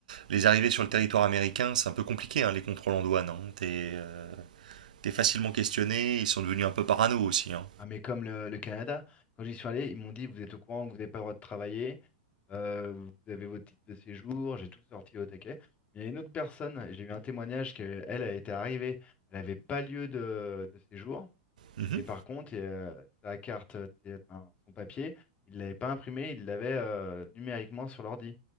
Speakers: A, on the right; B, on the left.
A: les arrivées sur le territoire américain, c'est un peu compliqué, hein, les contrôles en douane. Hein. T'es euh, t'es facilement questionné, ils sont devenus un peu parano aussi. Hein.
B: Ah, mais comme le, le Canada, quand j'y suis allé, ils m'ont dit, vous êtes au courant que vous n'avez pas le droit de travailler, euh, vous avez votre titre de séjour, j'ai tout sorti au taquet. Mais il y a une autre personne, j'ai eu un témoignage qu'elle, elle a été arrivée, elle n'avait pas lieu de de séjour.
A: Mhm,
B: Et par contre, euh, sa carte, euh, c'est- enfin, son papier, il l'avait pas imprimé, il l'avait euh, numériquement sur l'ordi.